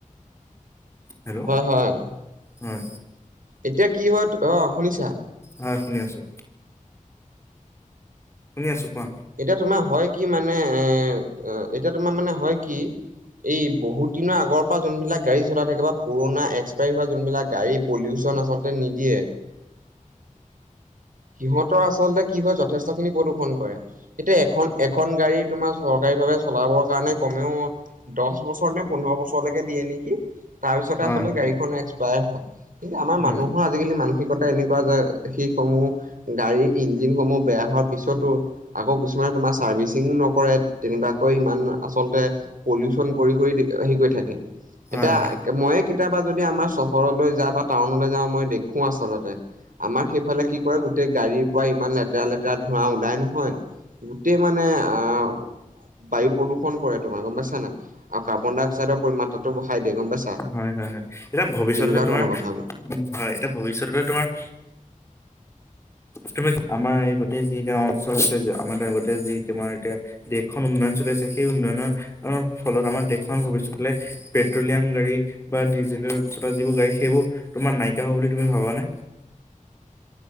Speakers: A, on the left; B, on the right.
A: হেলৌ!
B: হয় হয়
A: হয়ঁ।
B: এতিয়া কি হয়ঁ অ শুনিছা।
A: হয়ঁ শুনি আছো। শুনি আছো কোৱা।
B: এতিয়া তোমাৰ হয় কি মানে এ এতিয়া তোমাৰ মানে হয় কি? এই বহুত দিনৰ আগৰ পৰা যোনবিলাক গাড়ী চলাই থাকে বা পুৰণা এক্সপায়াৰী হোৱা যোনবিলাক গাড়ী পলিউচন আচলতে নিদিয়ে। সিহঁতৰ আচলতে কি হয় যথেষ্ট খিনি প্ৰদূৰষন কৰে এতিয়া এখন এখন গাড়ী তোমাৰ চ গাড়ী ভাৱে চলাবৰ কাৰণে কমেও দহ বছৰ নে পোন্ধৰ বছৰলৈকে দিয়ে নেকি? তাৰ পিছতে
A: হয়
B: আচলতে গাড়ীখন এক্সপায়াৰ হয়। কিন্তু আমাৰ
A: হয়
B: মানুহৰ- আজিকালি মানসিকতা এনেকুৱা যে শিশসমূহ। গাড়ীৰ ইঞ্জিনসমূহ বেয়া হোৱাৰ পিছতো আকৌ কিছুমানে তোমাৰ চাৰ্ভিচিং নকৰে। তেনেকুৱাকৈ ইমান আচলতে পলিউচন কৰি কৰি হেৰি কৰি থাকে।
A: হয়
B: এতিয়া-
A: হয়
B: মইয়ে কেতিয়াবা যদি আমাৰ চহৰলৈ যাও বা টাউনলৈ যাওঁ মই দেখো আচলতে। আমাৰ সেইফালে কি কৰে- সেই গাড়ীৰ পৰা ইমান লেতেৰা লেতেৰা ধোৰা ওলাই নহয় গোটেই মানে আহ! বায়ু প্ৰদূষণ কৰে তোমাৰ গম পাইছা আৰু কাৰ্বন ডাই অক্সাইডৰ পৰিমাত্ৰাটো বঢ়াই দিয়ে গম পাইছা।
A: হয়ঁ হয়ঁ হয়ঁ এতিয়া ভৱিষ্যতে
B: তেনেকুৱা
A: তোমাৰ
B: ধৰণৰ কথাবোৰ
A: উমঁ হয়ঁ এতিয়া ভৱিষয়তে তোমাৰ- তুমি আমাৰ এই গোটেই যি গাওঁ অঞ্চল আছে আমাৰ ত গোতেই যি তোমাৰ এতিয়া- দেশখন উন্নয়ন চলি আছে সেই উন্নয়নৰ- অঁ ফলত আমাৰ দেশখন ভৱিষ্যতলৈ পেট্ৰলিয়াম গাড়ী। বা ডিজেলৰ যিবোৰ গাড়ী সেইবোৰ তোমাৰ নাইকিয় হ'ব বুলি তুমি ভাবানে?